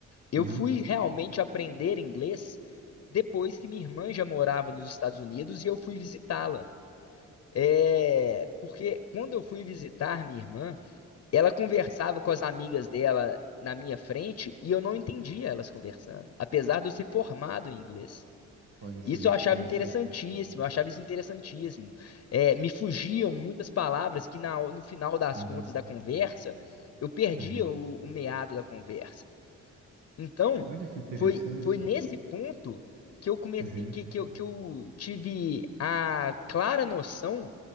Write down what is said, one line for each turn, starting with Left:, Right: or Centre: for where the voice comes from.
Left: eu
Right: aham.
Left: fui realmente aprender inglês depois que minha irmã já morava nos Estados Unidos e eu fui visitá-la. É, porque quando eu fui visitar minha irmã, Ela conversava com as amigas dela na minha frente e eu não entendia elas conversando, apesar de eu ser formado em inglês.
Right: Olha, você
Left: Isso
Right: vê
Left: eu achava
Right: que interessante.
Left: interessantíssimo, eu achava isso interessantíssimo. É, me fugiam muitas palavras que na- no final das
Right: Aham,
Left: contas da conversa eu perdia
Right: aham.
Left: o, o meado da conversa. Então,
Right: Olha que interessante.
Left: foi, foi nesse ponto que eu comecei,
Right: Aham.
Left: que, que eu, que eu tive a clara noção